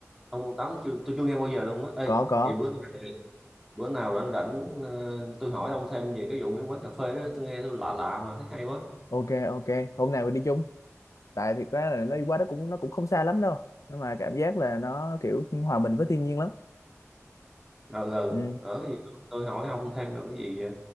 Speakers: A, in the centre; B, on the left.
A: ông quận 8 chưa tôi chưa nghe bao giờ luôn á ê
B: có có
A: vậy bữa nào, bữa nào rảnh rảnh ờ, tôi hỏi ông thêm về cái vụ mấy quán cà phê đó tôi nghe tôi lạ lạ mà thấy hay quá
B: ok ok hôm nào mình đi chung tại thiệt ra là nó đi qua đó cũng nó cũng không xa lắm đâu nhưng mà cảm giác là nó kiểu hòa mình với thiên nhiên lắm
A: rồi rồi
B: ừ.
A: ở cái gì tôi tôi hỏi ông thêm rồi cái gì ờ,